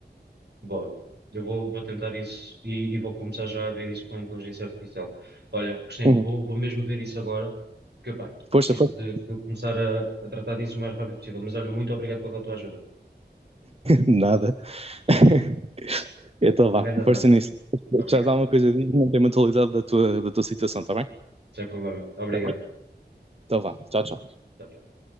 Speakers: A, on the right (about 70°); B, on the right (about 35°).
A: Bora. Eu vou, vou tentar isso e, e vou começar já a ver isso com a inteligência artificial. Olha, Cristino,
B: Uhum.
A: vou, vou mesmo ver isso agora, porque pá,
B: Força,
A: preciso
B: força.
A: de, de começar a, a tratar disso o mais rápido possível. Mas olha, muito obrigado pela tua ajuda.
B: Nada. <laughs> Então
A: Um
B: vá,
A: grande abraço.
B: força nisso.
A: Obrigado.
B: Já dá uma coisa, diz-me, mantém a atualidade da tua, da tua situação, está bem?
A: Sem problema. Obrigado.
B: Tá bem. Então vá, tchau, tchau.
A: Tchau, tchau.